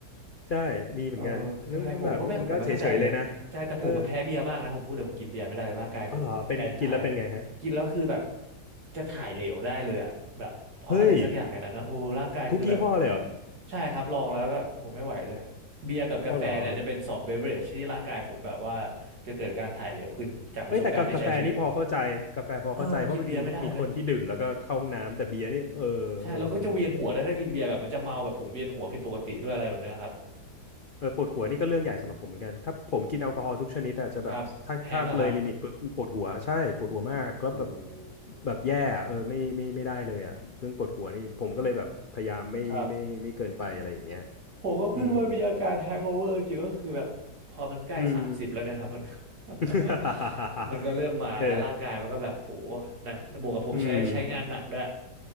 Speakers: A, on the left; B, on the right.
A: ใช่มีเหมือนกันแล้วมันก็แบบมันก็เฉยๆเลยนะ
B: เออใช่ผมก็ไม่ผมไม่เข้าใจเลยใช่แต่ผมมาแพ้เบียร์มากนะผมพูดเลยผมกินเบียร์ไม่ได้เลยร่างกายคือผมแอนทาย
A: เอออ๋อเหรอเป็นกินแล้วเป็นไงฮะ
B: กินแล้วคือแบบจะถ่ายเหลวได้เลยอะแบบเพราะอะไรสักอย่างไงนนนะโอ้ร่างกายคือแบบ
A: เฮ้ยทุกยี่ห้อเลยเหรอ
B: ใช่ครับลองแล้วก็โหไม่ไหวเลยเบียร์กับกาแฟเนี่ยจะเป็นสองเบเวอเรจที่ร่างกายผมแบบว่า
A: อ๋อเหรอ
B: จะเกิดการถ่ายเหลวขึ้นจากประสบการณ์ที่ใช้ชีวิต
A: เอ้ยแต่กากาแฟนี่พอเข้าใจกาแฟพอเข้าใจเพราะมันมีมีคนที่ดื่มแล้วก็เข้าห้องน้ำ
B: เออผมกินเบียร์ไม่ได้เลย
A: แต่เบียร์นี่เออเออมัน
B: ใช่แล้วก็จะเวียนหัวได้วยถ้ากินเบียร์แบบมันจะเมาแบบผมเวียนหัวผิดปกติด้วยอะไรแบบเนี้ยครับ
A: เออปวดหัวนี่ก็เรื่องใหญ่สำหรับผมเหมือนกัน ถ้าผมกินแอลกอฮอล์ทุกชนิดอาจจะแบบถ้าถ้าเลยลิมิตปุ๊บปวดหัวใช่ปวดหัวมากแล้วแบบ
B: ครับแฮงก์อะครับโห
A: แบบแย่อะเออไม่ไม่ไม่ได้เลยอ่ะเรื่องปวดหัวนี่ผมก็เลยแบบพยายามไม่ไม่ไม่เกินไปอะไรอย่างเงี้ย
B: ครับผมก็เพิ่งว่ามีอาการแฮงโอเวอร์จริงก็คือแบบพอมันใกล้สามสิบแล้วเนะครับมัน
A: อืม อืม
B: <laughs>
A: <laughs>
B: มันก็เริ่มมาแล้วร่างกายมันก็แบบโห
A: เออ
B: นะแล้วบวกกับผมใช้ใช้งานหนักด้วย
A: อืม